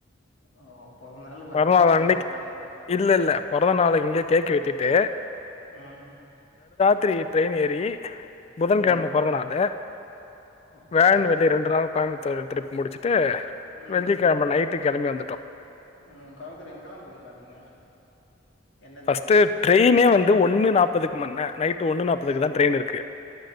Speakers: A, on the left; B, on the left.
A: ஓ பொறந்த நாள்
B: பொறந்நாள்
A: அங்க போய் செலிப்ரேட்
B: அன்னக்கி
A: பண்ணிருக்க
B: இல்லெல்ல பொறந்த நாள இங்கக் கேக்கு வெட்டிட்டு
A: ம்
B: திரி ட்ரெயன் ஏறி புதன்கிழம
A: ம்
B: பொறந்தநாளு
A: ஓகே
B: வியாழன் வெள்ளி ரெண்டு நாள் கோயம்பத்தூர் டிரிப் முடச்சுட்டு
A: ம்
B: வெள்ளிக்கெழம நை ட்டு கெளம்பி வந்துட்டோ
A: ம் கோயம்புத்தூர் எங்கெல்லா போயி பாத்தீங்க எந்தெந்த
B: ஃபஸ்ட்டு ட்ரெயினே
A: இடத்
B: வந்து ஒன்னு நாப் பதுக்குமன்ன நைட்டு ஒன்னு நாப்பதுக்கு தா ட்ரெயின் இருக்கு